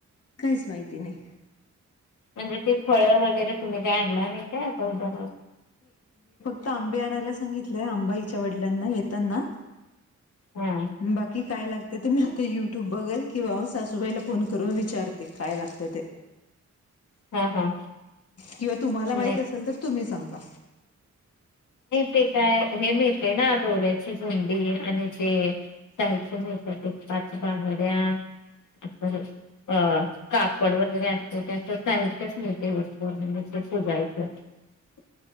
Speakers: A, on the left; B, on the left.
A: काहीच माहिती नाही.
B: म्हणजे ते फळं वगैरे तुम्ही ते आणला नाही का? आता उद्या
A: आता आंबे आणायला सांगितलंय. आंबा हीच्या वडिलांना येताना.
B: हा
A: बाकी. काय लागत ते मी आता युट्यूब बगल, किंवा सासूबाईला फोन करून विचारते. काय लागतं ते.
B: हा हा.
A: किंवा तुम्हाला
B: नाही
A: माहित असेल तर तुम्ही सांगा.
B: ते काय हे मिळते ना? दोऱ्याची गूंडी आणि ते साहित्य मिळतं. पाच बांंगड्या. अत्तराची अं कापड वगैरे असत, त्याचं साहित्यच मीळते, वटपौर्णिमेचं पुजायचं. <inaudible>